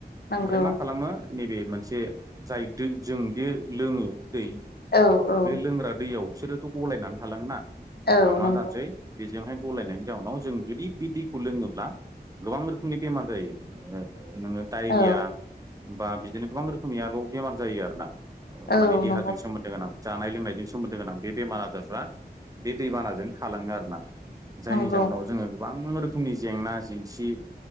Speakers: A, on the left; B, on the right.
A: नंगौ
B: ओमफ्राय मा खालामो नैबे मोनसे जाय दो जों बे लोङो दै
A: औ औ
B: बे लोंग्रा दैयाव बिसोरोथ गलायनानै थालाङोना होमबा
A: औ
B: मा
A: नंगौ
B: जानोसै बेजोंहाय गलायनायनि जाउनाव जों जुदि बि दैखौ लोङोब्ला गोबां रोखोमनि बेमार जायो ओ नोङो डायरिया
A: औ
B: बा बिदिनो गोबां रोखोमनि आरोबाव बेमार जायो आरोना
A: औ
B: माने देहाजों
A: नंगौ
B: सोमोनद दो गोनां जानाय लोंनायजों सोमोन्दो गोनां बेमार आजारफ्रा बे दैबानाजों थालाङो आरोना। जायनि
A: नंगौ
B: जाहोनाव जोङो गोबां रोखोमनि जेंना जेंसि